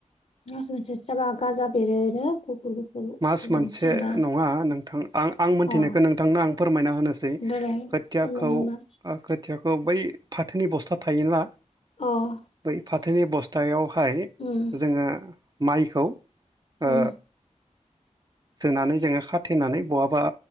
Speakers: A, on the left; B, on the right.
A: मास मोनसे जाबा गाजा बेरोनो गुफुर गुफुर
B: मास
A: गुफुर
B: मोनसे
A: जेनेबा
B: नङा नोंथां आं आं मोनथिनायखौ
A: अ
B: नोंथांनो आं फोरमायना होनोसै
A: देलाय
B: खोथियाखौ
A: फोरमायनाय होमबा
B: ओ खोथियाखौ बै फाथोनि बस्था थायोना
A: अ
B: बै फाथोनि बस्थायाव फाय
A: उम
B: जोङो माइखौ
A: उम
B: ओ सोनानै जोङो खाथेनानै बहाबा